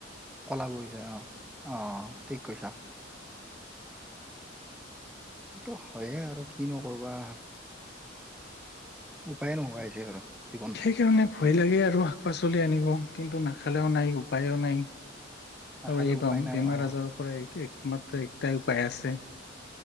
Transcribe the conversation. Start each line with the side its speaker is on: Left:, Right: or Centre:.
Centre: কলাগুৰি যায় অ অ ঠিক কৈছে পিছা ইটো হয়ে আৰু কি ন'কৰবা উপায় নোহোৱা হৈছে আৰু জীৱনটোত
Left: সেইকাৰণে ভয় লাগে আৰু শাক পাচলি আনিব কিন্তু নাখালে'ও নাই উপায়'ও নাই
Centre: নাখালে
Left: আৰু এই
Centre: উপায়
Left: ব
Centre: নাই
Left: বেমাৰ
Centre: অ
Left: আজাৰৰ পৰা একমাত্ৰ একটাই উপায় আছে